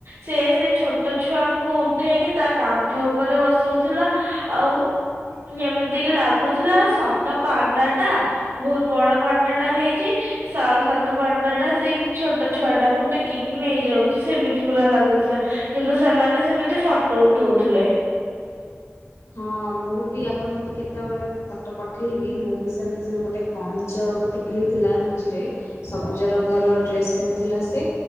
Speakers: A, on the right; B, on the left.
A: ସେ ସେଇ ଛୋଟ ଛୁଆଙ୍କୁ ଉଠେଇକି ତା କାନ୍ଧ ଉପରେ ବସଉଥିଲା। ଆଉ ଯେମିତିକି ଲାଗୁଥିଲା ସତ ପାଣ୍ଡା ଟା ବହୁତ ବଡ ପାଣ୍ଡା ଟା ହେଇଛି। ସ ସତ ପାଣ୍ଡା ଟା ସେଇ ଛୋଟ ଛୁଆ ଟାକୁ ଟେକିକି ନେଇଯାଉଛି। ସେମିତି ପୁରା ଲାଗୁଥିଲା କିନ୍ତୁ ସେମାନେ ସେମିତି ଫଟୋ ଉଠଉଥିଲେ।
B: ହଁ ମୁଁ ବି ଆପଣଙ୍କୁ କେତେବେଳେ ବି ଫଟୋ ପଠେଇବି ମୁଁ ବି ସେମିତି ସବୁ ଗୋଟେ କଇଁଛ ଆଉ ଗୋଟେ ହେଇଥିଲା ମଝିରେ ସବୁଜ ରଙ୍ଗର ଡ୍ରେସ୍ ପିନ୍ଧିଥିଲା ସେ